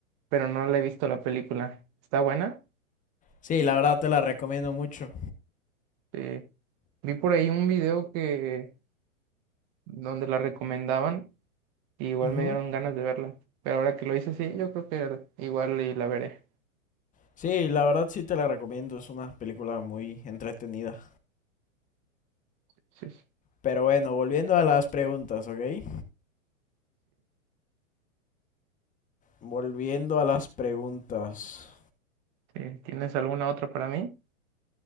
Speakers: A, on the right; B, on the left.
A: pero no le he visto la película. ¿Está buena?
B: Sí, la verdad te la recomiendo mucho.
A: Sí. Vi por ahí un video que donde la recomendaban y igual
B: Ujú.
A: me dieron ganas de verla. Pero ahora que lo hice, sí, yo creo que igual y la veré.
B: Sí, la verdad sí te la recomiendo, es una película muy entretenida.
A: Sí, sí,
B: Pero bueno, volviendo a las preguntas, ¿ok? Volviendo a las preguntas.
A: sí. ¿Tienes alguna otra para mí?